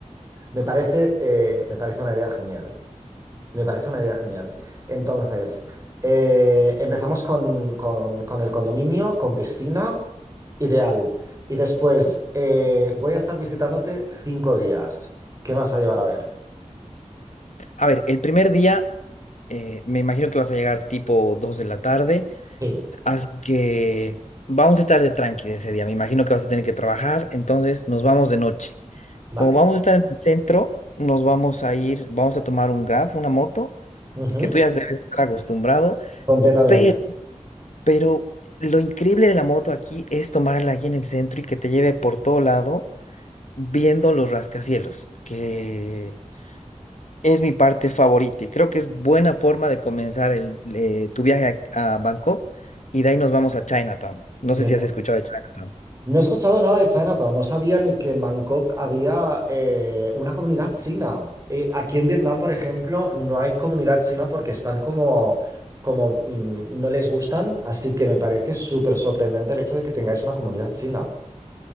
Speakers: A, on the right (about 25°); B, on the left (about 70°).
A: me parece, eh, me parece una idea genial. Me parece una idea genial. Entonces, eh, empezamos con, con- con el condominio, con piscina, ideal. Y después, eh, voy a estar visitándote cinco días. ¿Qué me vas a llevar a ver?
B: A ver, el primer día eh, me imagino que vas a llegar tipo 2 de la tarde,
A: Sí,
B: así que vamos a estar de tranqui ese día. Me imagino que vas a tener que trabajar, entonces nos vamos de noche.
A: vale.
B: Como vamos a estar en el centro, nos vamos a ir, vamos a tomar un Grab, una moto,
A: Ujú,
B: que tú ya debes estar acostumbrado,
A: Completamente.
B: pero, pero lo increíble de la moto aquí es tomarla aquí en el centro y que te lleve por todo lado viendo los rascacielos, que Es mi parte favorita y creo que es buena forma de comenzar el, eh, tu viaje a, a Bangkok y de ahí nos vamos a Chinatown. No
A: Me
B: sé si has escuchado de Chinatown.
A: No he escuchado nada de Chinatown, no sabía ni que en Bangkok había eh, una comunidad china. Eh, aquí en Vietnam, por ejemplo, no hay comunidad china porque están como, como mm, no les gustan, así que me parece súper sorprendente el hecho de que tengáis una comunidad china.